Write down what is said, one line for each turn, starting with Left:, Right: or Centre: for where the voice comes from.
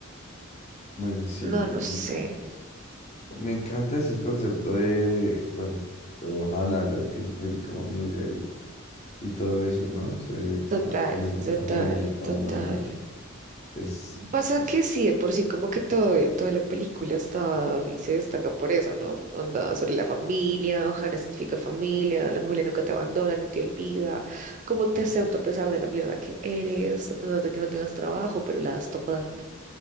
Left: Bueno, sí,
Right: No, no sé.
Left: Me encanta ese concepto de, bueno, lo de Ohana, lo de que significa familia y, y todo eso, ¿no? Sé,
Right: Total,
Left: como familia,
Right: total,
Left: la familia no te
Right: total.
Left: abandona. y Es,
Right: Pasa
Left: es-
Right: que sí, de por sí, como que todo, toda la película está y se destaca por eso, ¿no? Onda sobre la familia, Ohana significa familia, la familia nunca te abandona ni te olvida, cómo te acepta a pesar de la mierda que eres, a pesar de que no tengas trabajo, pero la das toda.